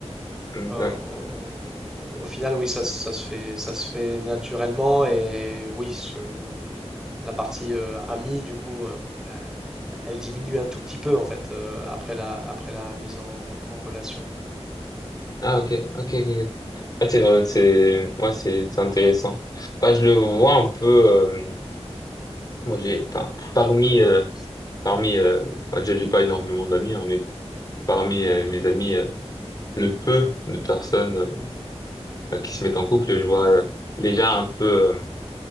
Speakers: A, on the left; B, in the centre.
A: Mm,
B: euh,
A: ouais.
B: au, au- final, oui, ça, ça se fait, ça se fait naturellement. Et oui, je- la partie euh, amie, du coup, euh, euh, elle diminue un tout petit peu, en fait, euh, après la, après la mise en, en relation.
A: Ah, ok, ok, ok. ok. Ah, c'est vrai, c'est, ouais, c'est, c'est intéressant. Enfin, je le vois un peu, euh, bon, j'ai, enfin, parmi, euh, parmi, euh, enfin, déjà, j'ai pas énormément d'amis, hein, mais parmi euh, mes amis, euh, le peu de personnes euh, qui se mettent en couple, je vois euh, déjà un peu, euh,